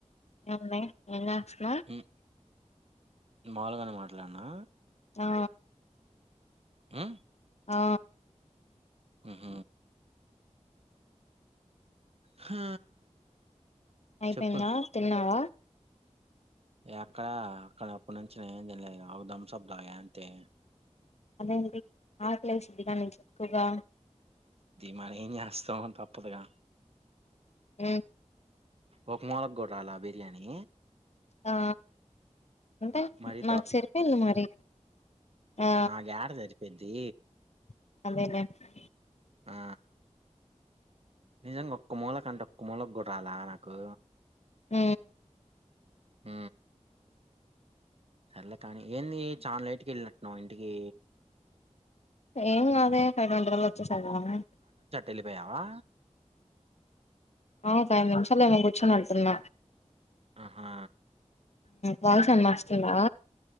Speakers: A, on the left (about 60°); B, on the right (about 55°).
A: ఎమ్మె ఎలా హ
B: ఉమ్, మాములుగానే మాట్లాడినా
A: ఆ
B: ఆ
A: ఆ
B: అహ హా
A: అయిపోయిందా
B: చెప్పు
A: తిన్నావా
B: అక్కడ అక్కడ అప్పుడు నుంచి ఏం తింలేదు. అ ధంసబ్ దాగా అంతే
A: అదేమిటి ఆకలేస్తది కానీ ఎక్కువగా
B: మరి ఏం చేస్తం తప్పదుగా
A: ఊ
B: ఒక మూలక గొట్టాల బిర్యానీ
A: ఆ అంటే
B: మరీ
A: మాకు సరిపోయింది మరి ఆ
B: నా యాడ జరిపోద్దీ
A: <inaudible>
B: ఆ నిజంగా ఒక్క మూలకంటే ఒక్క మూలకు గుడా రాలే నాకు
A: హ
B: హ సరలే కాని ఏంది చాలా లేట్కి వెళ్ళినట్టున్నావు ఇంటికి
A: ఏను అదే కైండల్ వచ్చస్త స
B: ఎలిపోయావా
A: ఆ ఒక ఐదు నిమిషాలు ఏమో కూర్చొని ఉంటున్న
B: ఆ. హా
A: పాయిసం మస్తుందా